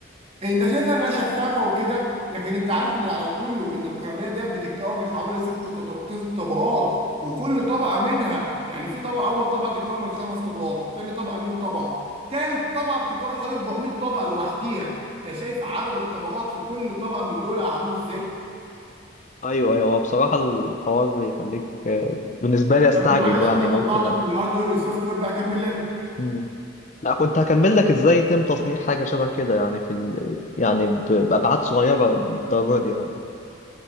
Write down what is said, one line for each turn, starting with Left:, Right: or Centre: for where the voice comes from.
Right: إيه، انت شايفها انها شفافه وكده لكن انت عارف ان على كله ان القرنيه ديت بتتكون من حوالي ست طب- ست طبقات وكل طبقه منها يعني في طبقه اول طبقه تتكون من خمس طبقات تاني طبقه 100 طبقه تالت طبقه بتتكون من حوالي 400 طبقه لوحديها انت شايف عدد الطبقات في كل طبقه من دول عامل ازاي؟
Left: ايوه ايوه هو بصراحه الحوار يخليك آه، بالنسبه لي استعجب
Right: طب معلش
Left: يعني
Right: بقى
Left: ممكن
Right: طلعتك
Left: لما
Right: من الهاردوير والسوفت وير بقى كمل لنا
Left: مم. لا كنت هكمل لك ازاي يتم تصنيع حاجه شبه كده يعني في ال... يعني ب- بابعاد صغيره للدرجه دي يعني